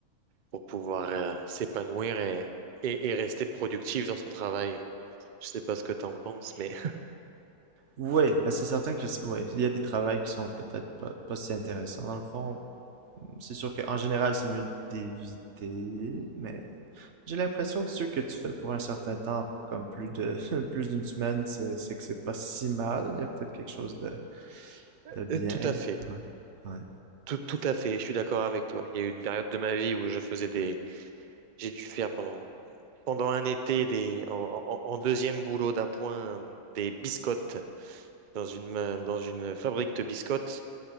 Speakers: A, on the right; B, on the right.
A: pour pouvoir euh, s'épanouir et, et, et rester productif dans son travail. Je sais pas ce que tu en penses, mais
B: Ouais, ben c'est certain que, c'est- ouais, il y a des travails qui sont peut-être pas, pas si intéressants. Dans le fond, c'est sûr qu'en général, c'est mieux d'éviter, mais J'ai l'impression que ce que tu fais pour un certain temps, comme plus de <laughs> plus d'une semaine, c'est c'est que c'est pas si mal. Il y a peut-être quelque chose de,
A: <laughs>
B: de bien.
A: tout à fait.
B: Ouais, ouais.
A: Tout, tout à fait, je suis d'accord avec toi. Il y a eu une période de ma vie où je faisais des, j'ai dû faire pendant pendant un été des en, en- en deuxième boulot d'appoint des biscottes dans une dans une fabrique de biscottes